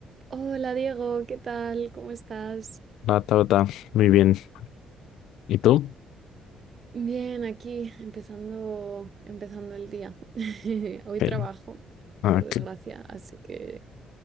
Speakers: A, on the right; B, on the left.
A: Hola Diego, ¿qué tal? ¿Cómo estás?
B: Nata, nata. Muy bien. ¿Y tú?
A: Bien, aquí empezando, empezando el día. <laughs> Hoy trabajo,
B: Ok, Ah,
A: por
B: ok,
A: desgracia, así que